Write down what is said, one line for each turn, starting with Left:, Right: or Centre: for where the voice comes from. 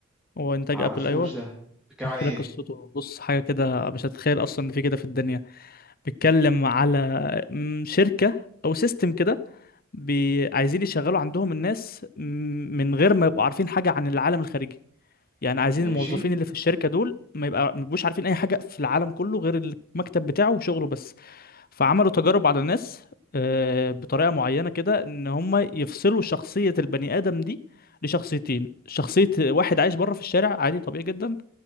Left: هو انتاج
Centre: ما اعرفوش
Left: ابل ايوه
Centre: ده بيتكلم
Left: احكي
Centre: عن ايه
Left: لك قصته بص حاجة كده مش هتتخيل اصلا ان في كده في الدنيا بيتكلم على م، شركة او سيستم كده بي... عايزين يشغلوا عندهم الناس م، من غير ما يبقوا عارفين حاجة عن العالم الخارجي يعني عايزين
Centre: ماشي
Left: الموظفين اللي في الشركه دول ما يبقى ما يبقوش عارفين اي حاجه في العالم كله غير المكتب بتاعه وشغله بس فعملوا تجارب على الناس آه، بطريقه معينه كده ان هم يفصلوا شخصيه البني ادم دي لشخصيتين شخصيه واحد عايش بره في الشارع عادي طبيعي جدا